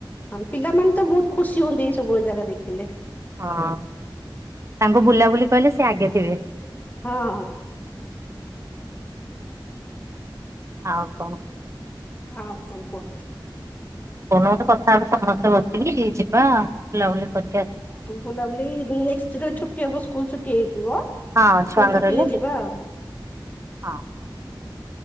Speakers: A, on the left (about 20°); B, on the right (about 35°).
A: ହଁ ପିଲାମାନେ ତ ବହୁତ ଖୁସି ହୁଅନ୍ତି ଏଇ ସବୁବେଳେ ଜାଗା ଦେଖିଲେ
B: ହଁ ତାଙ୍କୁ ବୁଲାବୁଲି କହିଲେ ସେ ଆଗେ ଥିବେ
A: ହଁ ହଁ।
B: ଆଉ କଣ
A: ହଁ କୁହ କୁହ
B: ଫୋନ ଗୋଟେ କଥାବଟ ସମସ୍ତେ ବସିଲି ଯିବା ବୁଲାବୁଲି କରି
A: ବୁଲାବୁଲି ଯେେଳବେଳେ ଛୁଟି ହବ ସ୍କୁଲ ଛୁଟି ହେଇଯିବ
B: ହଁ ଛୁଆଙ୍କର
A: ପୁଣି ଛୁଟିରେ
B: ହେଲେ
A: ଯିବା ଆଉ
B: ହଁ